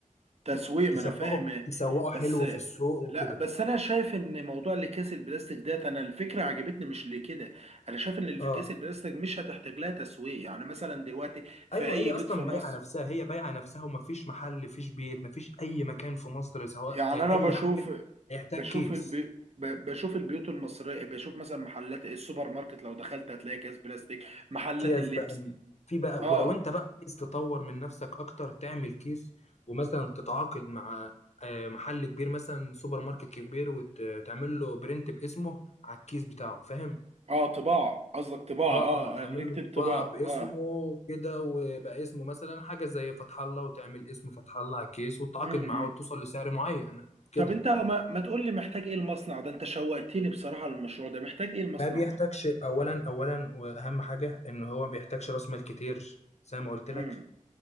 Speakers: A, on the right; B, on the left.
A: تسويق
B: تسوقه
A: ما انا فاهم
B: تسوقه حلو
A: بس
B: في السوق
A: لا
B: وكده
A: بس انا شايف ان موضوع اللي كاس البلاستيك ده انا الفكرة عجبتني مش لكده انا شايف ان اللي في
B: اه
A: كاس البلاستيك مش هتحتاج لها تسويق يعني مثلا دلوقتي في
B: ايوه
A: اي
B: هي
A: بيت
B: اصلا
A: في مصر
B: بايعه نفسها هي بايعه نفسها ومفيش محل مفيش بيت مفيش اي مكان في مصر سواء
A: يعني
B: آه،
A: انا
B: اي
A: بشوف
B: حاجه هيحتاج
A: بشوف
B: كيس
A: البي... ب- بشوف البيوت المصرية بشوف مثلا محلات السوبر ماركت لو دخلت هتلاقي كيس بلاستيك محلات
B: اكياس
A: اللبس
B: بقى م- في بقى
A: اه
B: ولو انت بقى عايز تطور من نفسك اكتر تعمل كيس ومثلا تتعاقد مع آه، محل كبير مثلا سوبر ماركت كبير وتعمل له برنت باسمه على الكيس بتاعه فاهم
A: اه طباعة قصدك طباعة
B: اه
A: اه
B: اه تعمل
A: آه، نكتب
B: له
A: طباعة
B: طباعة باسمه
A: اه
B: كده ويبقى اسمه مثلا حاجة زي فتح الله وتعمل اسم فتح الله على الكيس وتتعاقد
A: امم
B: معاه وتوصل لسعر معين كده
A: طب انت ما, ما تقول لي محتاج ايه المصنع ده انت شوقتني بصراحة للمشروع ده محتاج ايه المصنع
B: ما بيحتاجش
A: ده
B: اولا اولا واهم حاجة ان هو ما بيحتاجش راس مال كتير زي ما قلت
A: امم
B: لك